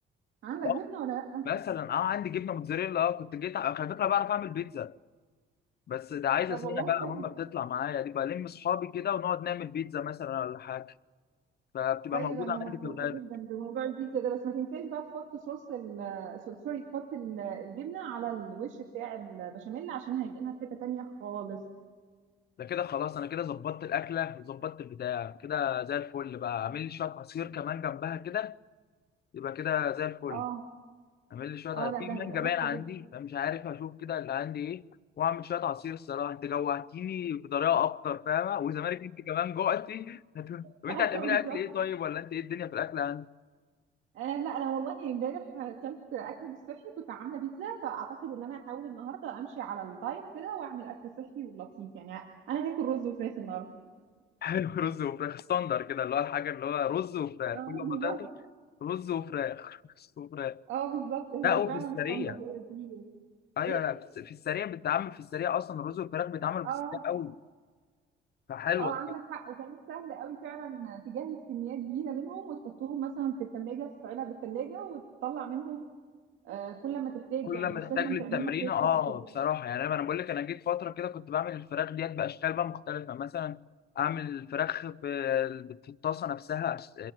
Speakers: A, on the right; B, on the left.
A: عندك
B: خلاص
A: جبنه ولا لا
B: مثلا اه عندي جبنه موتزاريلا اه كنت جيت على فكره بعرف اعمل بيتزا بس ده عايزه
A: طب
B: سنه
A: والله
B: بقى
A: حلو
B: ماما بتطلع معايا دي بلم اصحابي كده ونقعد نعمل بيتزا مثلا ولا حاجه فبتبقى
A: طيب
B: موجوده
A: انا مبسوطه
B: عندي في الغالب
A: جدا بموضوع البيتزا ده بس ما تنساش بقى تحط صوص ال آه، سو- سوري تحط ال- آه، الجبنه على الوش بتاع البشاميل عشان هينقلها في حته تانيه خالص
B: ده كده خلاص انا كده ظبطت الاكله وظبطت البتاع كده زي الفل بقى اعمل لي شويه عصير كمان جنبها كده يبقى كده زي الفل
A: اه
B: اعمل لي شويه
A: اه
B: عصير
A: لا
B: في
A: ده هيبقى
B: مانجا باين
A: تحفه
B: عندي
A: جدا
B: فمش عارف هشوف كده اللي عندي ايه واعمل شويه عصير الصراحه انت جوعتيني بطريقه اكتر فاهمه وزمالك انت كمان جوعتي <laughs> هت-
A: <laughs>
B: طب انت
A: ايوه
B: هتعملي
A: بالظبط
B: اكل ايه طيب ولا انت ايه الدنيا في الاكل عندك
A: آه لا انا والله امبارح اكلت اكل مش صحي كنت عامله بيتزا فاعتقد ان انا هحاول النهارده امشي على الدايت كده واعمل اكل صحي ولطيف يعني انا هاكل رز وفراخ النهارده
B: <laughs> حلو رز وفراخ ستاندر كده اللي هو الحاجه اللي هو رز وفراخ
A: اه
B: كل ما
A: بالظبط
B: تاكل رز وفراخ <laughs> رز وفراخ
A: اه بالظبط هي
B: لا وفي
A: فعلا
B: السريع
A: الصندوق هي دي
B: ايوه
A: ايه
B: لا في الس- في السريع بتتعمل في السريع اصلا الرز والفراخ بيتعملوا
A: اه
B: في السريع قوي فحلوه
A: اه عندك حق وكمان سهل قوي فعلا تجهز كميات كبيره منهم وتحطهم مثلا في الثلاجه في علب الثلاجه وتطلع منهم آه كل ما تحتاج
B: كل
A: يعني
B: ما
A: مش
B: تحتاج
A: لازم
B: للتمرين
A: تعملها فريش
B: اه
A: او كده
B: بصراحه يعني انا أنا بقول لك انا جيت فتره كده كنت بعمل الفراخ ديت باشكال بقى مختلفه مثلا اعمل الفراخ ب- في الطاسه نفسها أس-